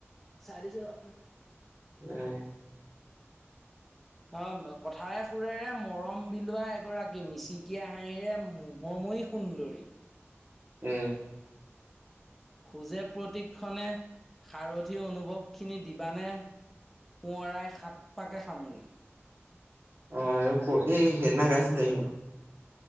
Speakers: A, in the centre; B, on the right.
A: চাই দিছো
B: উম
A: অ কথাৰে সুৰেৰে মৰম বিলোৱা এগৰাকী মিচিকিয়া হাঁহিৰে মহময় সুন্দৰী।
B: উম
A: খোজে প্ৰতি ক্ষণে সাৰথী অনুভৱখিনি দিবানে সোঁৱৰাই সাত পাকে সামৰি।
B: অ আৰু ক এই হেনা গাইছিল সি।